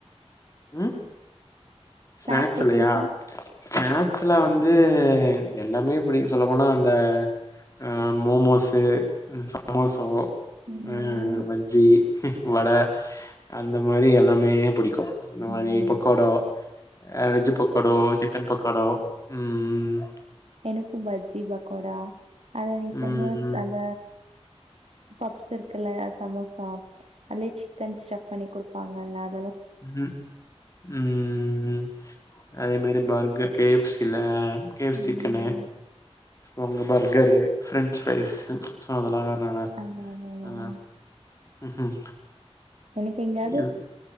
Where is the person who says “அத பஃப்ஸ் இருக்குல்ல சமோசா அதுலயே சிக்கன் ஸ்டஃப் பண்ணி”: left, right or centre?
Right